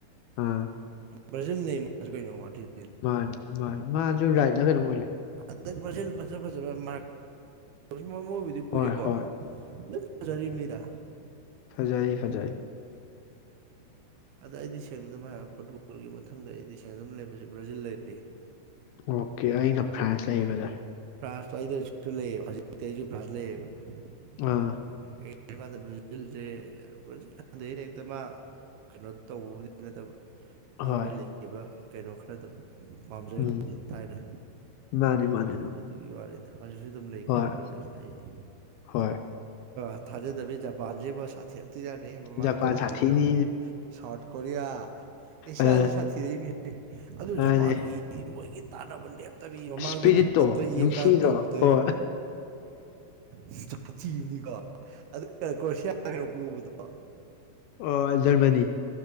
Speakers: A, on the left; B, on the right.
A: ꯑꯥ
B: <unintelligible>
A: ꯃꯥꯅꯦ ꯃꯥꯅꯦ ꯃꯥꯁꯨ ꯂꯥꯛꯗ ꯐꯩꯅꯣ ꯃꯣꯏꯔꯦ
B: <unintelligible> ꯑꯨꯝ ꯃ ꯃꯣꯏꯕꯨꯗꯤ ꯀꯨꯏꯔꯦꯀꯣ
A: ꯍꯣꯏ ꯍꯣꯏ
B: ꯂꯞ ꯆꯖꯔꯤꯕ ꯃꯤꯅ
A: ꯐꯖꯥꯏ ꯐꯖꯥꯏ
B: ꯑꯗ ꯑꯩꯗꯤ ꯁꯦꯡꯅ ꯑꯗꯨꯝ ꯐꯨꯠꯕꯣꯜꯒꯤ ꯃꯊꯪꯗ ꯑꯩꯗꯤ ꯁꯦꯡꯅꯗꯨ ꯂꯩꯕꯁꯦ ꯕ꯭ꯔꯥꯖꯤꯜ ꯂꯩꯔꯤ
A: ꯑꯣꯀꯦ ꯑꯩꯅ ꯐ꯭ꯔꯥꯟꯁ ꯂꯩ ꯕꯗꯥꯔ
B: <inaudible> ꯇꯦꯖꯨ ꯑꯩꯖꯨ ꯐ꯭ꯔꯥꯁ ꯂꯩꯌꯦꯕ <unintelligible>
A: ꯑꯥ
B: ꯕ꯭ꯔꯥꯖꯤꯜꯁꯦ ꯕ꯭ꯔꯥꯖꯤꯜ ꯍꯥꯟꯗꯅꯤ ꯑꯦꯗ ꯃꯥ ꯀꯩꯅꯣ ꯇꯧꯕꯕꯨꯗꯤ ꯅꯠꯇꯕ ꯍꯥꯟꯅ
A: ꯍꯣꯏ
B: ꯂꯩꯒꯤꯕ ꯀꯩꯅꯣ ꯈꯔꯗꯣ ꯄꯥꯝꯖꯒꯤꯕꯗꫭ
A: ꯎꯝ
B: ꯊꯥꯏꯅ
A: ꯃꯥꯅꯤ ꯃꯥꯅꯤ ꯑꯗꯨ
B: ꯑꯗꯨꯗꯨꯒꯤ ꯋꯥꯅꯤ ꯍꯧꯖꯤꯛꯁꯨ ꯑꯗꯨꯝ ꯂꯩ ꯀꯩꯅꯣ
A: ꯍꯣꯏ
B: ꯕ꯭ꯔꯥꯖꯤꯜ ꯑꯩ
A: ꯍꯣꯏ
B: <unintelligible> ꯊꯥꯖꯗꯕꯤ ꯖꯥꯄꯟꯖꯦꯕꫭ ꯁꯥꯊꯤ ꯇꯨꯖꯥꯅꯤꯌꯦ ꯃꯃꯥꯡ
A: ꯖꯄꯥꯟ
B: ꯇꯧꯈꯤꯕꯗꯣ
A: ꯁꯥꯊꯤꯅꯤ
B: ꯁꯥꯎꯠ ꯀꯣꯔꯤꯌꯥ ꯑꯦꯁꯤꯌꯥꯁꯤ
A: ꯑ
B: ꯁꯥꯊꯤꯔꯛꯏꯅꯤ ꯑꯗꯨ
A: ꯃꯥꯅꯦ
B: ꯖꯄꯥꯟꯒꯤ ꯃꯣꯏꯒꯤ ꯇꯥꯟꯅꯕ ꯂꯦꯞ ꯇꯕꯤ ꯃꯃꯥꯡꯗ
A: ꯏꯁꯄꯤꯔꯤꯠꯇꯣ
B: ꯅꯣꯏ ꯀꯞꯇ ꯌꯦꯡꯀꯥꯟꯗ
A: ꯅꯨꯡꯁꯤꯗ꯭ꯔꯣ
B: ꯇꯧꯕꯗꫭꯍꯦ
A: ꯍꯣꯏ
B: ꯏꯁ ꯁꯥꯊꯤꯕꯅꯤꯀꯣ ꯑꯗꯨ ꯀ꯭ꯔꯣꯁꯤꯌꯥ ꯄꫭꯕꯗꫭ
A: ꯑꯣ ꯖꯔꯃꯅꯤ